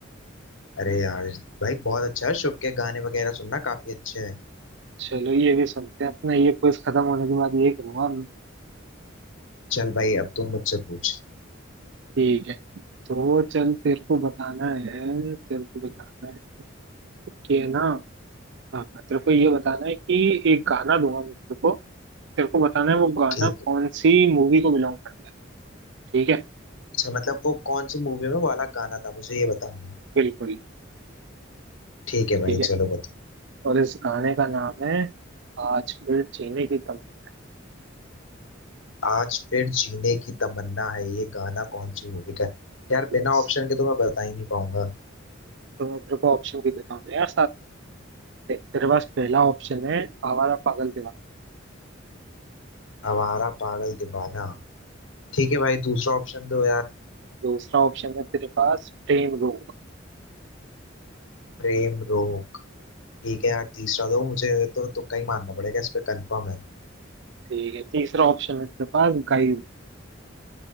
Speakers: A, on the left; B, on the right.
A: अरे यार भाई बहुत अच्छा है शुभ के गाने वगैरह सुनना काफी अच्छे हैं
B: चलो ये भी सुनते हैं अपना ये क्विज खत्म होने के बाद ये करूंगा मैं
A: चल भाई अब तुम मुझसे पूछ
B: ठीक है तो चल तेरे को बताना है तेरे को बताना है कि है ना हाँ हाँ, तेरे को ये बताना है कि एक गाना दूंगा मैं तेरे को तेरे को बताना है वो गाना
A: ठीक है
B: कौन सी मूवी को बिलोंग करता है ठीक है
A: अच्छा मतलब वो कौन सी मूवी में वाला गाना था मुझे ये बताना है।
B: बिल्कुल
A: ठीक है भाई
B: ठीक है
A: चलो बताओ
B: और इस गाने का नाम है आज फिर जीने की तमन्ना
A: आज फिर जीने की तमन्ना है ये गाना कौन सी मूवी का है यार
B: Yes.
A: बिना ऑप्शन के तो मैं बता ही नहीं पाऊंगा
B: तो मैं तेरे को ऑप्शन भी देता हूँ यार देख, तेरे पास पहला ऑप्शन है आवारा पागल दीवाना
A: आवारा पागल दीवाना ठीक है भाई दूसरा ऑप्शन दो यार
B: दूसरा ऑप्शन है तेरे पास ट्रेन रोक
A: प्रेम रोग ठीक है यार तीसरा दो मुझे तो तुक्का ही मारना पड़ेगा इस पे कंफर्म है
B: ठीक है तीसरा ऑप्शन है तेरे पास गाइड